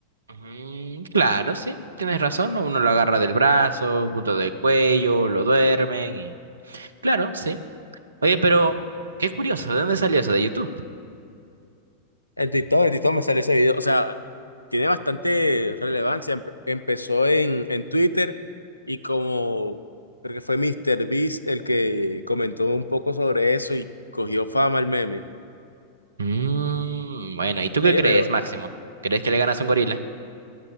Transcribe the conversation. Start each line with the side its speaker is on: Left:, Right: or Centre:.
Right: Mm, claro, sí, tienes razón, ¿no? Uno lo agarra del brazo, punto del cuello, lo duermen y... Claro, sí. Oye, pero qué curioso, ¿de dónde salió eso? ¿De YouTube?
Left: En TikTok, en TikTok me sale ese video. O sea, tiene bastante relevancia. Empe- empezó en, en Twitter y como creo que fue Mr. Beast el que comentó un poco sobre eso y cogió fama el meme.
Right: Mm, bueno, ¿y tú qué
Left: Oye,
Right: crees,
Left: pero
Right: Máximo? ¿Crees que le ganas a un gorila?